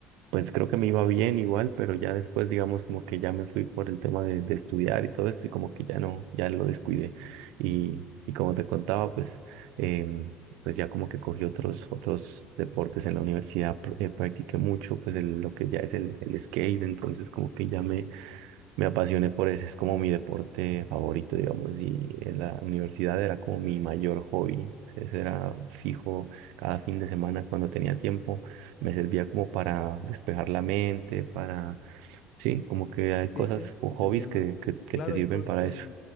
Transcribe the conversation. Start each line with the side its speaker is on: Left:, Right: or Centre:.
Right: pues creo que me iba bien igual, pero ya después, digamos, como que ya me fui por el tema de, de estudiar y todo esto, y como que ya no, ya lo descuidé. Y, y como te contaba, pues, em, pues ya como que cogí otros, otros deportes en la universidad, pr- eh, practiqué mucho, pues el- lo que ya es el, el skate, entonces como que ya me, me apasioné por ese, es como mi deporte favorito, digamos, y en la universidad era como mi mayor hobby. Ese era fijo cada fin de semana cuando tenía tiempo, me servía como para despejar la mente, para, sí, como que hay cosas
Left: Sí, sí,
Right: o
Left: sí,
Right: hobbies
Left: te entiendo.
Right: que, que, que
Left: Claro,
Right: te sirven
Left: hay hobbies
Right: para
Left: que,
Right: eso.